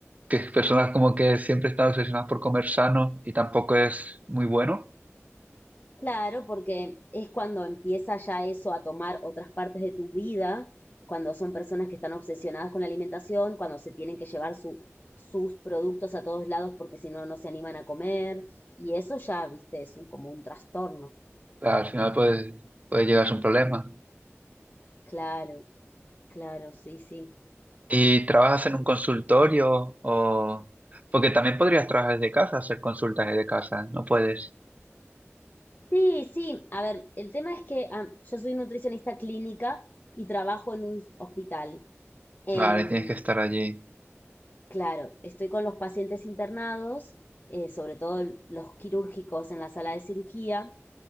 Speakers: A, on the right (about 30°); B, on the left (about 35°).
A: Que personas como que siempre están obsesionadas por comer sano y tampoco es muy bueno,
B: Claro, porque es cuando empieza ya eso a tomar otras partes de tu vida, cuando son personas que están obsesionadas con la alimentación, cuando se tienen que llevar su, sus productos a todos lados porque si no, no se animan a comer. Y eso ya, viste, es un, como un trastorno.
A: al final puede, puede llegar a ser un problema.
B: Claro, claro, sí, sí.
A: ¿Y trabajas en un consultorio o...? Porque también podrías trabajar desde casa, hacer consultas desde casa, no puedes.
B: Sí, sí. A ver, el tema es que ah, yo soy nutricionista clínica y trabajo en un hospital. Em,
A: Vale, tienes que estar allí.
B: Claro, estoy con los pacientes internados, eh, sobre todo el- los quirúrgicos en la sala de cirugía,